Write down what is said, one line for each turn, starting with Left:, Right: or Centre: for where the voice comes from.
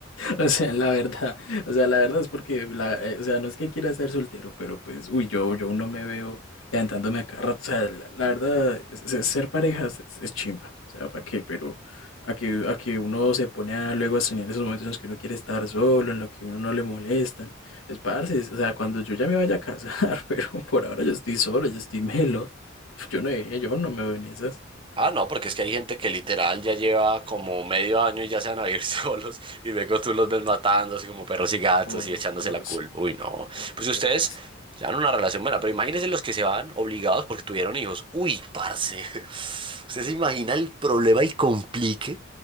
Left: O sea, la verdad, o sea, la verdad es porque, la- eh, o sea, no es que quiera ser soltero, pero pues, uy, yo, yo no me veo levantándome a cada rato. O sea, la, la verdad, es- es- ser parejas es, es chimba. O sea, ¿para qué? Pero a que, a que uno se pone a, luego a soñar esos momentos en los que uno quiere estar solo, en los que uno no le molestan. Es parce, o sea, cuando yo ya me vaya a casar, <laughs> pero por ahora yo estoy solo, yo estoy melo. Yo no, yo no me veo en esas.
Right: Ah, no, porque es que hay gente que literal ya lleva como medio año y ya se van a vivir <laughs> solos y luego tú los ves matando así como perros y gatos
Left: Uy,
Right: y echándose
Left: bro,
Right: la culpa.
Left: sí,
Right: Uy, no.
Left: yo,
Right: Pues
Left: yo
Right: ustedes
Left: he visto.
Right: llevan una relación buena, pero imagínense los que se van obligados porque tuvieron hijos. Uy, parce. <laughs> ¿Usted se imagina el problema y complique?